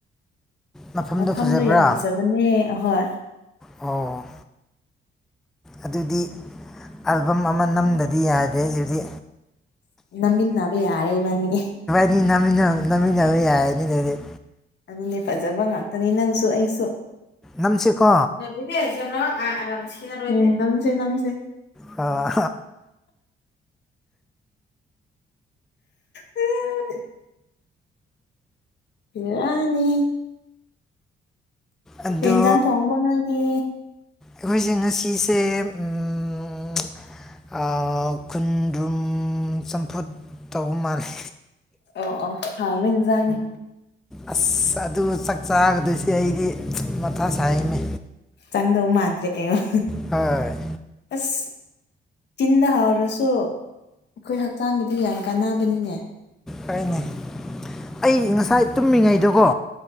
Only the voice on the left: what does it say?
ꯃꯐꯝꯗꯨ
ꯌꯥꯝ ꯐꯖꯕꯅꯦ ꯑꯍꯣꯏ
ꯅꯝꯃꯤꯟꯅꯕ ꯌꯥꯔꯦ ꯢꯕꯥꯅꯤ
ꯑꯗꯨꯅꯦ ꯐꯖꯕ ꯉꯥꯛꯇꯅꯤ ꯅꯪꯁꯨ ꯑꯩꯁꯨ
ꯖꯕ꯭ꯔꯣꯔꯣꯏ ꯅꯝꯁ ꯅꯝꯁꯦ <inaudible>
ꯎꯝ ꯍꯤꯔꯥꯅꯤ
ꯀꯩ ꯏꯟꯖꯥꯡ ꯊꯣꯡꯕ ꯅꯣꯏꯒꯤ
ꯑꯣ-ꯑꯣ ꯍꯥꯎꯋꯤꯟ ꯏꯟꯖꯥꯡꯅꯤ
ꯆꯪꯗꯧ ꯃꯥꯟꯗꯦ ꯑꯦꯡꯉꯣ
ꯑꯁ ꯆꯤꯟꯗ ꯍꯥꯎꯔꯥꯁꯨ ꯑꯩꯈꯣꯏ ꯍꯛꯆꯥꯡꯒꯤꯗꯤ ꯌꯥꯝ ꯀꯥꯟꯅꯕꯅꯤꯅꯦ